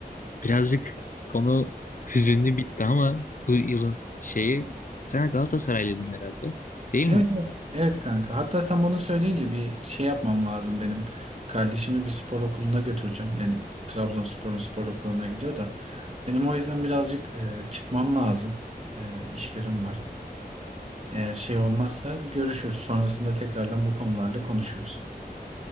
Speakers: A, on the left; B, on the right.
A: Birazcık sonu hüzünlü bitti ama bu yılın şeyi sen Galatasaraylıydın herhalde değil
B: Evet,
A: mi?
B: evet Evet kanka. Hatta sen bunu söyleyince bir şey yapmam lazım benim. Kardeşimi bir spor okuluna götüreceğim. Yani Trabzonspor'un spor okuluna gidiyor da. Benim o yüzden birazcık e, çıkmam lazım. E, işlerim var. Eğer şey olmazsa görüşürüz. Sonrasında tekrardan bu konularla konuşuruz.